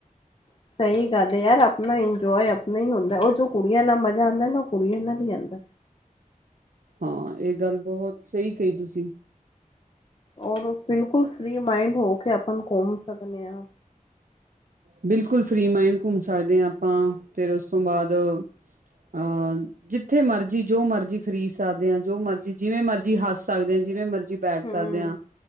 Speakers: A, on the left; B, on the right.
A: ਸਹੀ ਗੱਲ ਐ। ਯਾਰ ਆਪਨਾ ਇੰਜੋਏ ਆਪਨਾ ਹੀ ਹੋਦਾ। ਓਹ ਜੋ ਕੁੜੀਆਂ ਨਾਲ ਮਜ਼ਾ ਆਂਦਾ ਨਾ ਓਹ ਕੁੜੀਆਂ ਨਾਲ ਹੀ ਆਂਦਾ।
B: ਹਾਂ, ਇਹ ਗੱਲ ਬਹੁਤ ਸਹੀ ਕਹੀ ਤੁਸੀਂ।
A: ਔਰ ਓਹ ਬਿਲਕੁਲ ਫ੍ਰੀ ਮਾਈੰਡ ਹੋ ਕੇ ਆਪਣ ਘੁੰਮ ਸਕਦੇ ਹਾਂ।
B: ਬਿਲਕੁਲ ਫਰੀ ਮਾਈੰਨ ਘੁੰਮ ਸਕਦੇ ਆ ਆਪਾਂ। ਫਿਰ ਉਸ ਤੋ ਬਾਅਦ ਅ ਜਿੱਥੇ ਮਰਜੀ ਜੋ ਮਰਜੀ ਖ਼ਰੀਦ ਸਕਦੇ ਆਂ। ਜੋ ਮਰਜੀ ਜਿਵੇਂ ਮਰਜੀ ਹੱਸ ਸਕਦੇ ਆਂ ਜਿਵੇਂ ਮਰਜੀ ਬੈਠ
A: ਹੂੰ।
B: ਸਕਦੇ ਆਂ